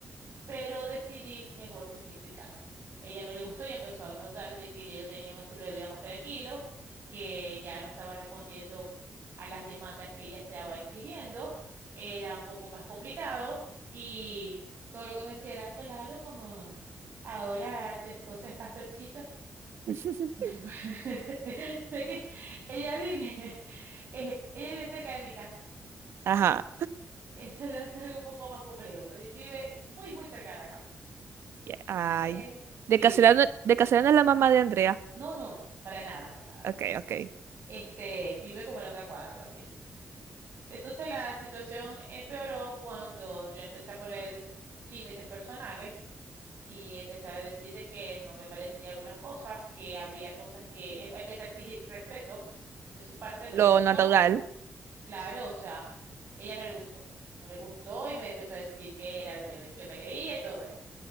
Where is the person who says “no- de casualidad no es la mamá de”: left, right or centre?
Right